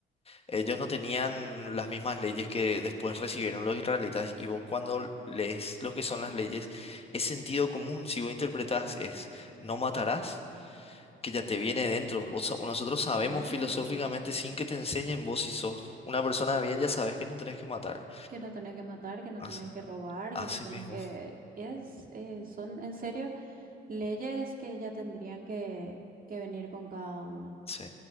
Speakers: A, on the left; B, on the right.
A: Ellos no tenían las mismas leyes que después recibieron los israelitas y vos cuando lees lo que son las leyes es sentido común. Si vos interpretás es no matarás, que ya te viene dentro. Vos, sa- nosotros sabemos
B: Claro,
A: filosóficamente sin que te enseñen vos si sos una persona de bien ya sabes que no tenés que matar.
B: que no tenés que matar, que no
A: Así,
B: tenés que robar,
A: así
B: que no tenés
A: mismo.
B: que... Es, eh, son en serio leyes que ya tendrían que, que venir con cada uno,
A: Sí.